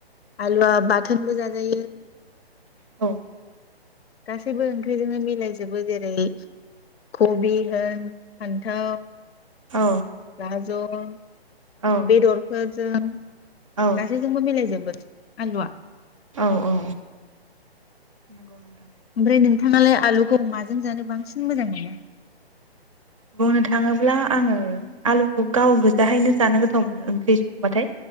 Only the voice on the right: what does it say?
औ
औ
औ
औ
औ औ औ नगौ नोंथां
बुंनो थाङोब्ला आङो आलु गाव गोजाहायनो जानो गोथाव मोनो ओंख्रि संबाथाय